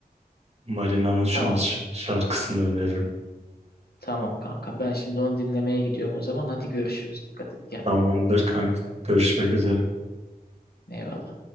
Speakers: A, on the right; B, on the left.
A: Marina'nın son
B: Tamam
A: şarkısını öneririm.
B: tamam kanka ben şimdi onu dinlemeye gidiyorum o zaman hadi görüşürüz. Dikkat et kendine.
A: Tamamdır kanka. Görüşmek üzere.
B: Eyvallah.